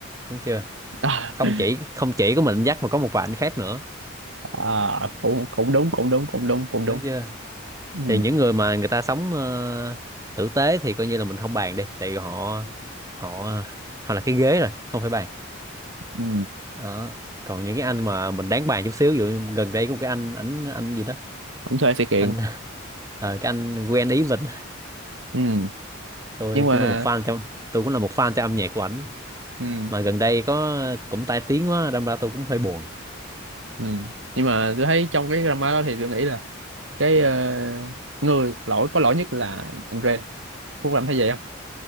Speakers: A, on the right; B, on the right.
A: đúng chưa
B: <laughs>
A: không
B: à,
A: chỉ không chỉ có mình dắt mà có một vài anh khác nữa
B: à, cũng cũng đúng cũng đúng cũng đúng cũng đúng
A: đúng chưa
B: ừ.
A: thì những người mà người ta sống ờ, tử tế thì coi như là mình không bàn đi tại vì họ họ họ là cái ghế rồi không phải bàn
B: Ừ.
A: đó còn những cái anh mà mình đáng bàn chút xíu ví dụ gần đây có một cái anh ảnh anh gì đó
B: anh thuê sự kiện
A: anh <laughs> ờ, cái anh Gwen Ý Vịnh
B: ừ.
A: tôi
B: nhưng mà
A: cũng là một fan trong tôi cũng là một fan cho âm nhạc của ảnh
B: ừ.
A: mà gần đây có cũng tai tiếng quá đâm ra tôi cũng hơi buồn
B: Ừ. Nhưng mà tôi thấy trong cái drama đó thì tôi nghĩ là cái ờ, người lỗi có lỗi nhất là anh Ren. Phúc làm thấy vậy không?